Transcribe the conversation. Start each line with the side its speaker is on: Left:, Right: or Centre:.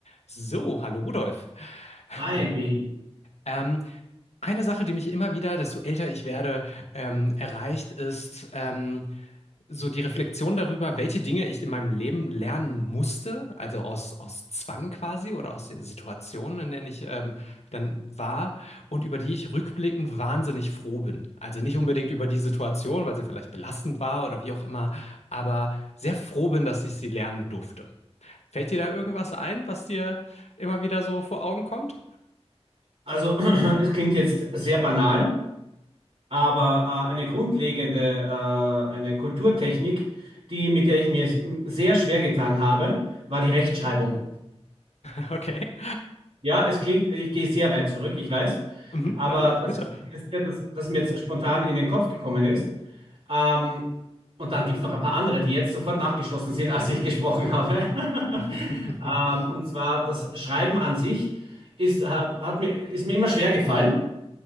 Left: So, hallo Rudolf. <laughs>
Right: Hi, Behi.
Left: Ähm, eine Sache, die mich immer wieder, desto älter ich werde, ähm, erreicht, ist ähm, so die Reflexion darüber, welche Dinge ich in meinem Leben lernen musste, also aus, aus Zwang quasi oder aus der Situation, in der ich ähm, dann war und über die ich rückblickend wahnsinnig froh bin. Also nicht unbedingt über die Situation, weil sie vielleicht belastend war oder wie auch immer, aber sehr froh bin, dass ich sie lernen durfte. Fällt dir da irgendwas ein, was dir immer wieder so vor Augen kommt?
Right: Also, <clears throat> es klingt jetzt sehr banal, aber äh, eine grundlegende, äh, eine Kulturtechnik, die, mit der ich mir s- m- sehr schwer getan habe, war die Rechtschreibung.
Left: <laughs> Okay.
Right: Ja, es klingt, ich gehe sehr weit zurück, ich weiß,
Left: Mhm.
Right: aber
Left: Nein, aber
Right: das
Left: bitte.
Right: ist das, Erste, das, das mir jetzt spontan in den Kopf gekommen ist. Ähm, und dann gibt es noch ein paar andere, die jetzt sofort nachgeschossen sind, <laughs> als ich gesprochen habe. <laughs>
Left: <laughs>
Right: Ähm, und zwar das Schreiben an sich ist, äh, hat mir, ist mir immer schwer gefallen.